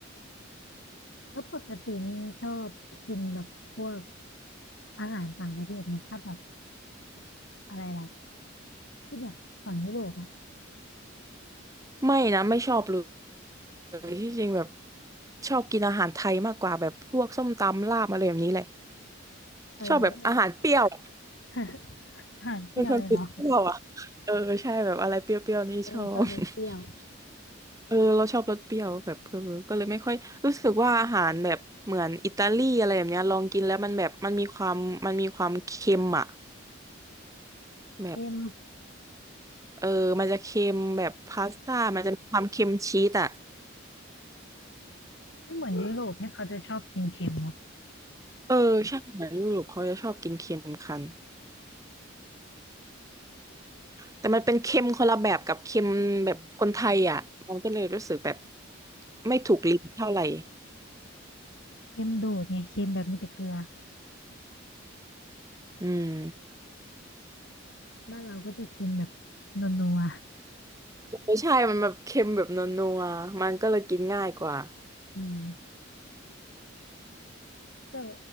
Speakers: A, on the left; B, on the right.
A: แล้วปกตินี่ชอบกินแบบพวกอาหารต่างประเทศนะถ้าแบบอะไรล่ะที่แบบฝั่งยุโรปอะ
B: ไม่นะไม่ชอบเลยที่จริงแบบชอบกินอาหารไทยมากกว่าแบบพวกส้มตำลาบอะไรแบบนี้เลย
A: เออ
B: ชอบแบบอาหารเปรี้ยว
A: <laughs> อาหารเปรี้ยวเลยเนาะ
B: เป็นคนติดเปรี้ยวอ่ะเออใช่แบบอะไรเปรี้ยวๆนี่ชอบ
A: เออชอบรสเปรี้ยว
B: <laughs> เออเราชอบรสเปรี้ยวแบบเออก็เลยไม่ค่อยรู้สึกว่าอาหารแบบเหมือนอิตาลีอะไรแบบเนี้ยลองกินแล้วมันแบบมันมีความมันมีความเค็มอ่ะแบบ
A: เค็ม
B: เออมันจะเค็มแบบพาสต้ามันจะมีความเค็มชีสอ่ะ
A: ไม่เหมือนยุโรปเนี่ยเขาจะชอบกินเค็มเนาะ
B: เออใช่อาหารยุโรปเขาจะชอบกินเค็มกันแต่มันเป็นเค็มคนละแบบกับเค็มแบบคนไทยอ่ะมันก็เลยรู้สึกแบบไม่ถูกลิ้นเท่าไหร่
A: เค็มโดดไงเค็มแบบมีแต่เกลือ
B: อืม
A: บ้านเราก็จะเค็มแบบนัว
B: ไม่ใช่มันแบบเค็มแบบนัวๆ มันก็เลยกินง่ายกว่า
A: ๆอืมแต่